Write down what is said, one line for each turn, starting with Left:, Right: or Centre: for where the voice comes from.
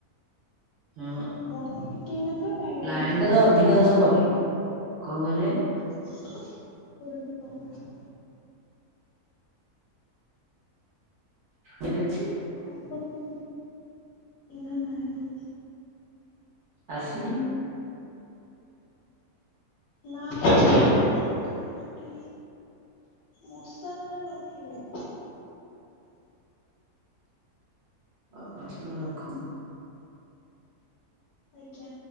Right: ହଁ
Left: ବର୍ଷା ଟିକେ ହେଇନଥିବ ନାଇନ୍ ଟା
Right: ଲାଇନ
Left: କାଟିକି ବସତେ।
Right: ତ ଅଧିକାଂଶ କଟେ କଣ କହିଲେ
Left: ସେ ବାଟରେ କନା?
Right: ମନେ ଅଛି?
Left: <inaudible> ଏଇନା ନାହିଁ।
Right: ଆସିନି?
Left: ନା <inaudible> ପା ସିତୁ କାଟିିବି। ମଶା ମାନେ ଆଉ ରଖିଇ ଦଉନାହାନ୍ତି।
Right: ଓହୋ, ଆପଣ ରଖନ୍।
Left: ଆଜ୍ଞା।